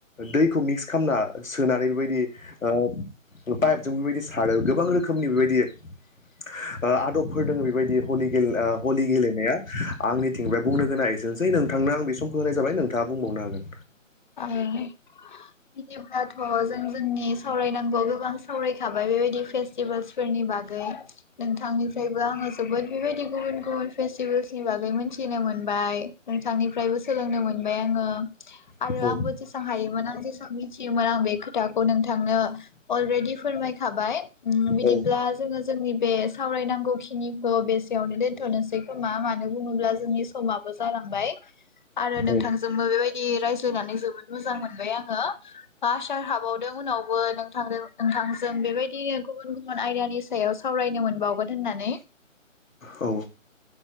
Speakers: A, on the left (about 80°); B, on the left (about 35°).
A: दैखौ मिक्स खामना सोनानै बेबायदि ओ पाइपजों बेबायदि सारो गोबां रोख खोमनि बेबायदि ओ आदबफोर दोङो बेबायदि हलि गेल ओ हलि गेलेनाया आंनि थिंनिफ्राय बुंनो गोनाङा एसेनोसै नोंथांनो आं बे समखौ होनाय जाबाय नोंथाङा बुंबावनो हागोन।
B: ओ <unintelligible> जों जोंनि सावरायनांगौआव गोबां सावरायखाबाय बेबायदि फेस्टिभेल्स फोरनि बागै। नोंथांनिफ्रायबो आङो जोबोद बेबायदि गुबुन गुबुन फेस्टिभेल्स नि बागै मोनथिनो मोनबाय नोंथांनिफ्रायबो सोलोंनो मोनबाय आङो आरो
A: हागोन।
B: आंबो जेसां हायोमोन आं जेसां मिथियोमोन आं बे खोथाखौ नोंथांनो अलरेडि फोरमाय खाबाय ओम बिदिब्ला
A: औ
B: जोङो जोंनि बे सावरायनांगौखि खिनिखौ बेसेयावनो दोन्थनोसै खोमा मानो बुङोब्ला जोंनि समाबो जालांबाय आरो नोंथांजोंबो
A: औ
B: बेबाय होनानै जोबोद मोजां मोनबाय आङो बा आसार हाबावदो उनावबो नोंथांदो नोंथांजों बेबायदिनो गुबुन गुबुन आयदानि सायाव सावरायनो मोनबावगोन होननानै
A: औ